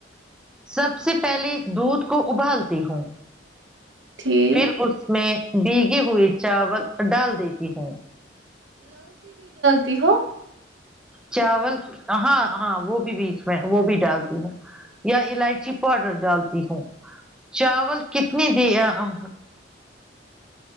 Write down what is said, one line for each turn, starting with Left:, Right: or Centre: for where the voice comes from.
Centre: سب سے پہلے دودھ کو ابالتی ہوں
Right: ٹھیک
Centre: پھر اس میں بیگے ہوئے چاول ڈال دیتی ہوں
Right: ت ہو <unintelligible>
Centre: چاول ہاں ہاں وہ بھی بیچ میں وہ بھی ڈالتی ہوں یا الائچی پاؤڈر ڈالتی ہوں چاول کتنی د ہ یاہو